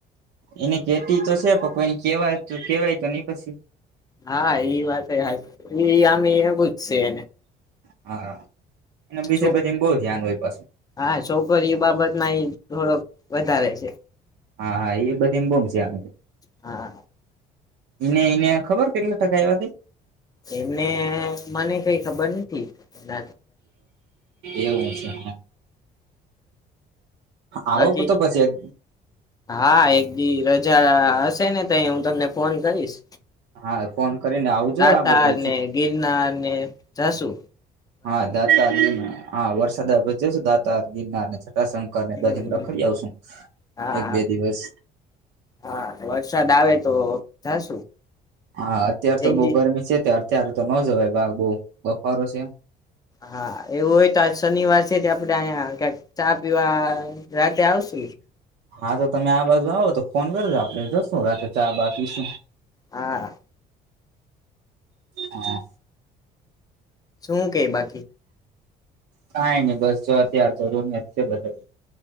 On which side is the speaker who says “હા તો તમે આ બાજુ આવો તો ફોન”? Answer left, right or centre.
Right